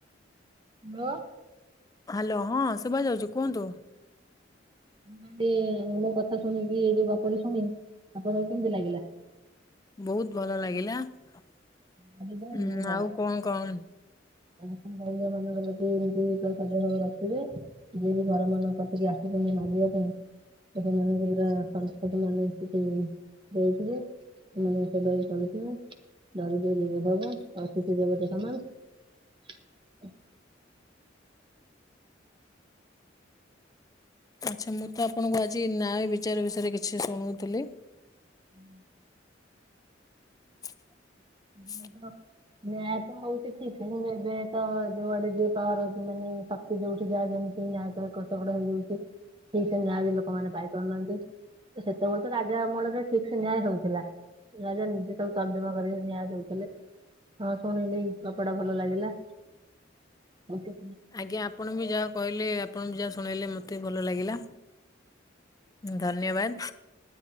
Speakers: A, on the right; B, on the left.
A: ହାଲୋ।
B: ହାଲୋ ହଁ ସୁଭା ଯାଉଚି କୁହନ୍ତୁ।
A: ମୁଁ କଲି ମୋ କଥା ଶୁଣିକି ଏଇ ଯୋଉ ଗପୁଟି ଶୁଣି ଆପଣଙ୍କୁ କେମିତି ଲାଗିଲା?
B: ବହୁତ୍ ଭଲ ଲାଗିଲା ଉଁ
A: ଦରିଦ୍ର ଦେବଭାବ
B: ଆଉ କଁ କଣ୍
A: <unintelligible> <unintelligible> ଯିଏ ବି ଘର ମାନଙ୍କ କତିିକି ଆସୂଛନ୍ତି ମାଗିବା ପାଇଁ <unintelligible> <unintelligible> <inaudible>
B: ଆଚ୍ଛା ମୁଁ ତ ଆପଣଙ୍କୁ ଆଜି ନ୍ୟାୟ ବିଚାର ବିଷୟରେ କିଛି ଶୁଣଉଥିଲି।
A: ହୁଁ।
B: <inaudible>
A: <unintelligible> ନ୍ୟାୟ ହଉଚି ଠିକ୍ ସେ ଏବେ ଏବେ ତ ଯୋଉଆଡେ ଯିଏ ପାୱାର ଅର୍ଜୀ ଲେଣି ତ ସେ ଯୋଉଠି ଯାହା ଯେମିତି ନ୍ୟାୟ ତ ଏପଟ ସେପଟ ହେଇଯାଉଚି ଠିକ୍ ସେ ନ୍ୟାୟ ବି ଲୋକମାନେେ ପାଇ ପାରୁନାହାନ୍ତି। ସେତେବେଳେ ତ ରାଜା ଅମଳରେ ଠିକ୍ ସେ ନ୍ୟାୟ ହଉଥିଲା ରାଜା ନିଜେ ସବୁ ତର୍ଜମା କରିକି ନ୍ୟାୟ ଦଉଥିଲେ ହଁ ଶୁଣିଲି ଗପଟା ଭଲ ଲାଗିଲା। ଆଛା।
B: ଆଜ୍ଞା ଆପଣ ବି ଯାହା କହିଲେ ଆପଣ ବି ଯାହା ଶୁଣେଇଲେ ମତେ ବି ଭଲ ଲାଗିଲା। ଧନ୍ୟବାଦ୍